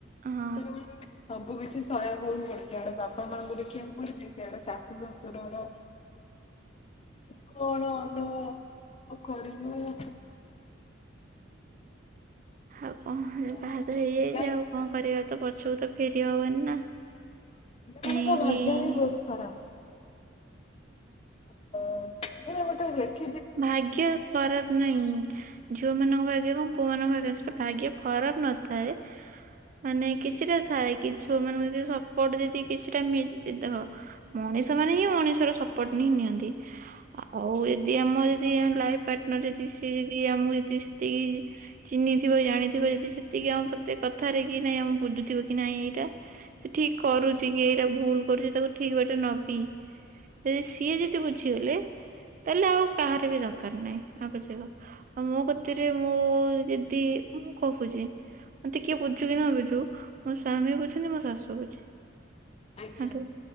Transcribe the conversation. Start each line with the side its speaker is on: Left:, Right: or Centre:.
Right: ହଁ
Left: ଏଥିରେ ସବୁ କିଛି ସଲା ଭଉଣୀ ପଡୁଛି ବାପା ମାଁଙ୍କୁ ଦେଖିବାକୁ ପଡୁଛି ସେଆଡେ ଶାଶୁ ଶଶୁରର କଣ ଅନୁଭ କରିବୁ।
Right: ଆଉ କଣ
Left: ଝିଅ
Right: ବାହାଘର
Left: ମାନଙ୍କ ଭାଗ୍ୟ
Right: ହେଇଯାଇଛି
Left: ହିଁ
Right: ଆଉ
Left: ଖରାପ
Right: କଣ କରିବା ତ ପଛକୁ ତ ଫେରି ହବନି ନା।
Left: ଝିଅମାନଙ୍କ
Right: ଏଣିକି
Left: ଭାଗ୍ୟ ହିଁ ବହୁତ ଖରାପ। ହାଲ।
Right: ଭାଗ୍ୟ ଖରାପ ନାହିଁ। ଝିଅମାନଙ୍କ ଭାଗ୍ୟ କଣ ପୁଅମାନଙ୍କ ଭାଗ୍ୟ ସେଟା ଭାଗ୍ୟ ଖରାପ ନଥାଏ। ମାନେ କିଛିଟା ଥାଏ କି ଝିଅମାନଙ୍କୁ ଯଦି ସପୋର୍ଟ ଯଦି କିଛିଟା ମିଲିଅ ଦେଖ ମଣି ମଣିଷ ମାନେ ହିଁ ମଣିଷର ସପୋର୍ଟ ନିଁ ନିଅନ୍ତି ଆଉ ଯଦି ଆମର ଯଦି ଲାଇଫ ପାର୍ଟନର ଯଦି ସିଏ ଯଦି ଆମକୁ ସେତିକି ଯଦି ସେତିକି ଚିହ୍ନିଥିବ ଜାଣିଥିବ। ସେତିକି ଆମ ପ୍ରତ୍ୟେକ କଥାରେ କି ନାଇଁ ଆମ ବୁଦ୍ଧି ଥିବ କି ନାଇଁ ଏଇଟା। ସେ ଠିକ କରୁଚି କି ଏଇଟା ଭୁଲ କରୁଚି ତାକୁ ଠିକ ବାଟରେ ନବି। ଯଦି ସିଏ ଯେତେ ବୁଝିଗଲେ। ତାହେଲେ ଆଉ କାହାର ବି ଦରକାର ନାହିଁ ଆବଶ୍ୟକ ଆଉ ମୋ କତିରେ ମୁଁ ଯଦି ମୁଁ କହୁଚି ମତେ କିଏ ବୁଝୁକି ନ ବୁଝୁ ମୋ ସ୍ୱାମୀ ବୁଝନ୍ତି ମୋ ଶାଶୁ ବୁଝେ।
Left: ଆଜ୍ଞା
Right: ହାଲୋ